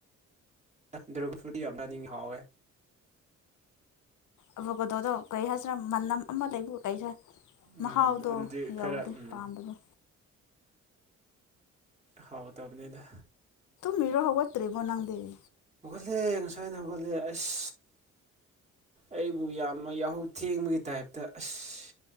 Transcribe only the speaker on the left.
ꯑꯕ ꯀꯣꯗꯣꯗꯣ ꯀꯔꯤ ꯍꯥꯏꯗ꯭ꯔꯥ ꯃꯅꯝ ꯑꯃ ꯂꯩꯕꯨ ꯀꯩ ꯍꯥꯏ
ꯃꯍꯥꯎꯗꯣ
ꯌꯥꯎꯗꯦ
ꯄꯥꯝꯕꯗꯣ
ꯃꯔꯣ ꯍꯒꯠ ꯇ꯭ꯔꯤꯔꯤꯕ ꯅꯪꯗꯦꯔꯤ